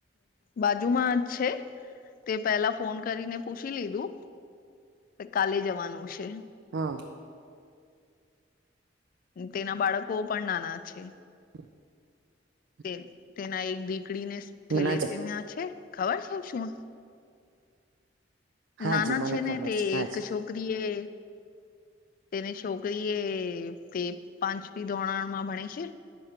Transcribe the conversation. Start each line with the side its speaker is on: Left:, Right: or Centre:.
Left: બાજુમાં જ છે, તે પેલા ફોન કરીને પૂછી લીધું કાલે જવાનું છે.
Right: હા.
Left: તેના બાળકો પણ નાના છે.
Right: <inaudible>
Left: <unintelligible> તેના એક દીકરીને થેલેસીમિયા
Right: ના છે
Left: છે, ખબર છે શું
Right: હાજી
Left: નાના
Right: મને
Left: છે ને
Right: ખબર
Left: તે
Right: છે હાજી
Left: એક છોકરી એ તેને છોકરી એ તે પાંચપી ધોરણમાં ભણે છે.